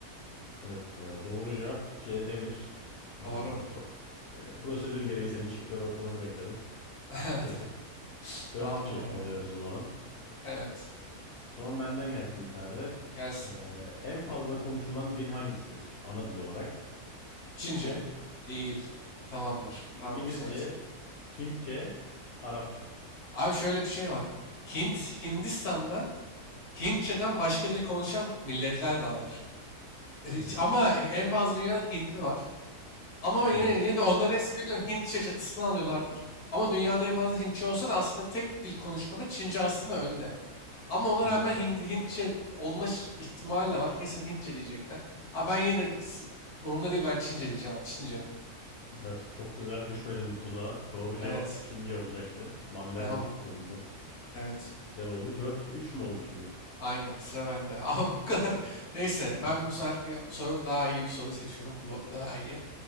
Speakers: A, on the left; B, on the left.
A: Evet, e, doğru cevap C. Demir. E,
B: Doğru.
A: çok e, prosedür gereği senin şıkları okumanı bekledim
B: <laughs>
A: açıkçası.
B: Evet.
A: dört
B: Tamamdır
A: 2
B: abi.
A: oluyoruz o zaman.
B: Evet.
A: O zaman benden gelsin bir tane de.
B: Gelsin.
A: E, en fazla konuşulan dil hangisidir ana dil olarak? Çince,
B: Çince. Değil. Tamamdır.
A: İngilizce,
B: Tamamdır söyleyeceğim.
A: Hintçe, Arapça.
B: Abi şöyle bir şey var. Hint, Hindistan'da Hintçeden başka dil konuşan milletler de var. Hiç-
A: Hı hı,
B: Ama en fazla dünyada Hintli var. Ama ben yine,
A: evet.
B: yine de onların hepsi biliyorum Hintçe çatısını alıyorlardır. Ama dünyada en fazla Hintçe olsa da aslında tek dil konuşmada Çince aslında önde. Ama ona
A: Hı
B: rağmen
A: hı.
B: Hint, Hintçe olma ş- ihtimali de var. Kesin Hintçe diyecekler. Abi ben yine de s- umurumda değil ben Çince diyeceğim abi. Çince.
A: Evet, çok güzel düşmedim bu tuzağa. Doğru
B: Evet.
A: cevap Çince olacaktı. Mandarin
B: Ben onu,
A: kolundan.
B: evet.
A: Güzel oldu. dört üç mü oldu şimdi?
B: Aynı. Sıra bende. <laughs> Abi bu kadar. Neyse ben
A: <laughs>
B: bu sefer bu soru daha iyi bir soru seçiyorum. Bu daha iyi.